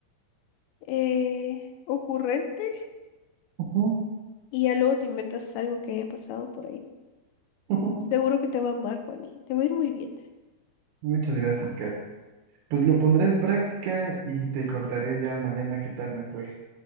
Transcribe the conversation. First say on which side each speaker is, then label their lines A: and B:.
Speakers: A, on the left (about 85°); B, on the right (about 75°).
A: eh, ocurrente,
B: Ujú,
A: y ya luego te inventas algo que haya pasado por ahí.
B: <laughs> ujú.
A: Seguro que te va a amar, Juani, te va a ir muy bien.
B: Muchas gracias, Kat. Pues lo pondré en práctica y te contaré ya mañana qué tal me fue,